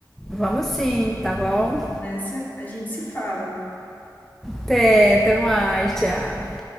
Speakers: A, in the centre; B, on the left.
A: Vamos sim, tá bom?
B: vamos nessa, a gente se fala.
A: Até, até mais, tchau.